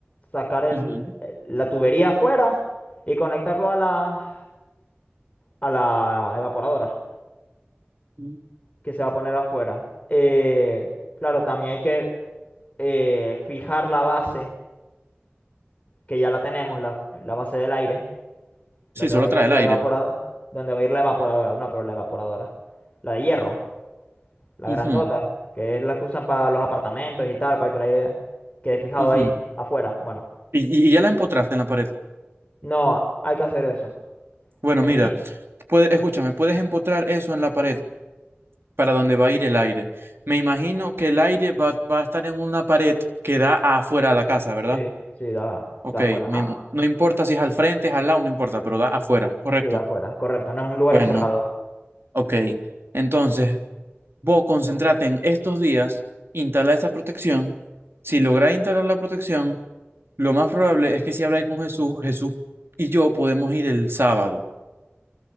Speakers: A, on the left; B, on the right.
A: sacar el,
B: Ujú.
A: la tubería afuera y conectarlo a la, a la evaporadora.
B: Ujú.
A: que se va a poner afuera. Eh, claro, también hay que eh, fijar la base, que ya la tenemos, la, la base del aire, donde
B: Sí, solo
A: va a
B: trae
A: ir
B: el
A: la
B: aire.
A: evaporadora, donde va a ir la evaporadora, no, pero la evaporadora, la de hierro, la
B: Ujú,
A: grandota, que es la que usan para los apartamentos y tal, para que el aire quede fijado
B: ujú.
A: ahí afuera. Bueno,
B: Y, y- y ya la empotraste en la pared.
A: no, hay que hacer eso.
B: Bueno,
A: Eh,
B: mira,
A: y-
B: puede, escúchame, puedes empotrar eso en la pared para donde va a ir el aire. Me imagino que el aire va, va a estar en una pared que da afuera de la casa, ¿verdad?
A: sí, sí, da,
B: Ok,
A: da afuera, ajá.
B: me- no importa si es al frente, es al lado, no importa, pero da afuera, ¿correcto?
A: Sí, da afuera, correcto, no es un lugar
B: Bueno,
A: encerrado,
B: ok. Entonces, Vos concentrate en estos días, instala esa protección. Si lográs instalar la protección, lo más probable es que si habláis con Jesús, Jesús y yo podemos ir el sábado.